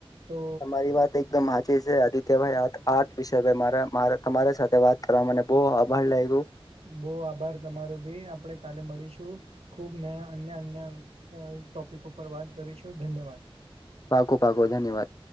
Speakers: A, on the right (about 85°); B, on the left (about 35°).
A: તો
B: તમારી વાત એકદમ સાચી છે આદિત્યભાઈ હ આર્ટ વિશે મા તમારી સાથે વાત કરવા મને બોવ આભાર લાગ્યું
A: બોવ આભાર તમારો બી આપણે કાલે મળીશું ખુબ ને અન્ય અન્ય ટોપિક ઉપર વાત કરીશું ધન્યવાદ
B: પાક્કું પાક્કું ધન્યવાદ